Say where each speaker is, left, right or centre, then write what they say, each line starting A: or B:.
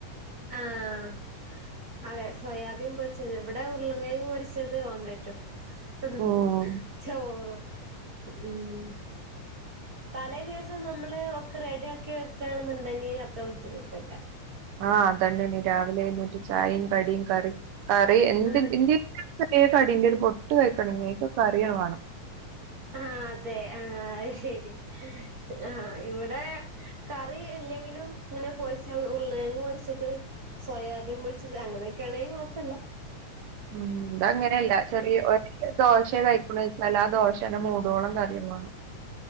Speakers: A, on the right (about 25°); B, on the right (about 85°).
A: ആഹ് അതെ സോയാബി പൊരിച്ചത് ഇവിടെ ഉർളക്കെങ്ങ് പൊരിച്ചത് ഓംലറ്റും ഉ ഹ്
B: ഉം
A: ചോറോ ഉ ഉം തലേ ദിവസം നമ്മള് ഒക്കെ റെഡി ആക്കി വെക്കണെന്നുണ്ടെങ്കി അത്ര ബുദ്ധിമുട്ടില്ല.
B: അ അതന്നെടി രാവിലെ എന്നഴുന്നേറ്റ് ചായിം കടിം കറി കറി ഇണ്ട്
A: ഉം
B: ഇന്റെ യിക്കൊക്കെ കടിന്റെരു പൊട്ട് കഴിക്കണെങ്കി ഇക്ക്കറി വേണം.
A: ആ അതെ ആഅത് ശരി അ അ ഇവിടെ കറി ഇല്ലെങ്കിലും ഇങ്ങനെ പൊരിച്ച ഉർളകേങ്ങ് പൊരിച്ചിട്ട് സോയാബീൻ പൊരിച്ചത് അങ്ങനെയൊക്കൊണെങ്കികൊഴപ്പല്ല.
B: ഉം ഇതങ്ങനെല്ല ചെറിയ ഒരു ദോശ കഴിക്കണെ ച്ചാലും ആ ദോശന്നെ മൂടോളം കറി ദേ വേണം